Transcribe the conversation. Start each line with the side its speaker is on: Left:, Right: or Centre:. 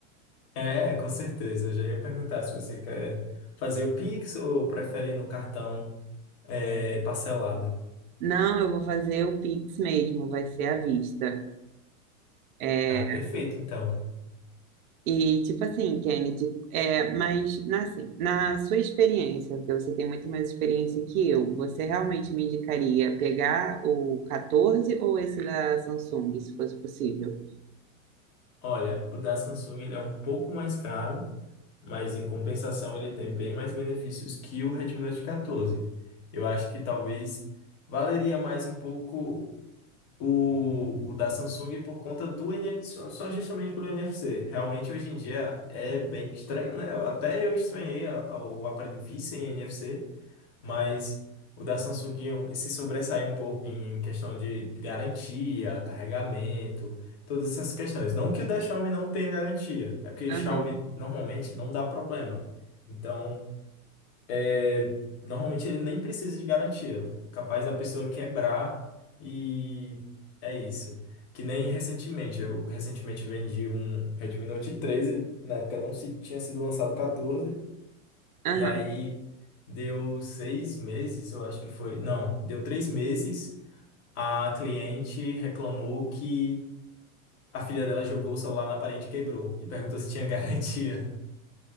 Left: É, com certeza. Eu já ia perguntar se você quer fazer o Pix ou prefere no cartão é, parcelado.
Right: Não, eu vou fazer o Pix mesmo, vai ser à vista. É,
Left: Ah, perfeito, então.
Right: E tipo assim, Kennedy, é, mas na- assim, na sua experiência, porque você tem muito mais experiência que eu, você realmente me indicaria pegar o 14 ou esse da Samsung, se fosse possível?
Left: Olha, o da Samsung ele é um pouco mais caro, mas em compensação ele tem bem mais benefícios que o Redmi Note 14. Eu acho que talvez valeria mais um pouco o, o da Samsung por conta do NFC, só, só justamente pelo NFC. Realmente hoje em dia é bem estranho, né? Até eu estranhei a- a- o aparelho vir sem NFC, mas o da Samsung se sobressai um pouco em questão de garantia, carregamento, todas essas questões. Não que o da Xiaomi não tenha garantia, é porque
Right: Aham,
Left: o Xiaomi normalmente não dá problema. Então, é, normalmente ele nem precisa de garantia. Capaz da pessoa quebrar e é isso. Que nem recentemente, eu recentemente vendi um Redmi Note treze, na época não se, tinha sido lançado o 14.
Right: aham.
Left: E aí deu seis meses, eu acho que foi. Não, deu três meses. A cliente reclamou que a filha dela jogou o celular na parede e quebrou. E perguntou se tinha <laughs> garantia.